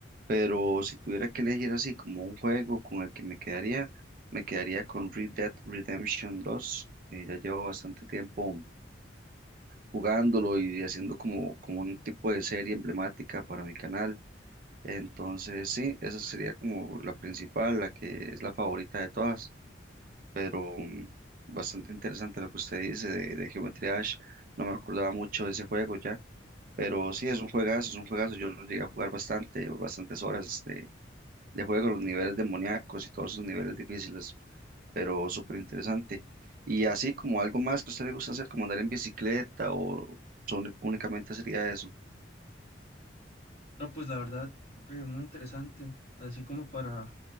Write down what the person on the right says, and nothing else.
Pero si tuviera que elegir así como un juego con el que me quedaría, me quedaría con Red Dead Redemption dos Eh, ya llevo bastante tiempo jugándolo y haciendo como, como un tipo de serie emblemática para mi canal. Entonces, sí, esa sería como la principal, la que es la favorita de todas, pero mm, bastante interesante lo que usted dice de, de Geometry Dash. No me acordaba mucho de ese juego ya, pero sí, es un juegazo, es un juegazo. Yo lo llegué a jugar bastante, bastantes horas de, de juego, los niveles demoníacos y todos esos niveles difíciles pero súper interesante. Y así como algo más que a usted le gusta hacer, como andar en bicicleta o son, únicamente sería eso.